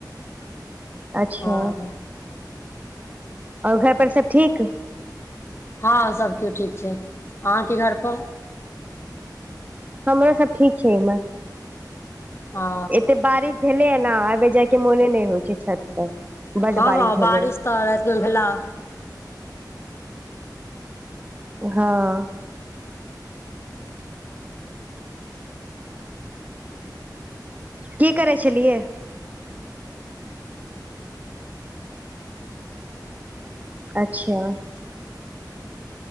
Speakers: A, on the right (about 20°); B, on the left (about 35°).
A: अच्छा
B: हँ
A: आओर घर पर सब ठीक
B: हँ सब केओ ठीक छै अहाँके घर पर
A: हमरो सब ठीक छै इम्हर
B: हँ
A: एते बारिश भेलैये न आबे जाय के मोने नहि होइ छै छत पर बड
B: हँ हँ
A: भेलै
B: बारिश तऽ राति मे भेला
A: हँ की करै छेलियै
B: <inaudible>
A: अच्छा
B: <inaudible>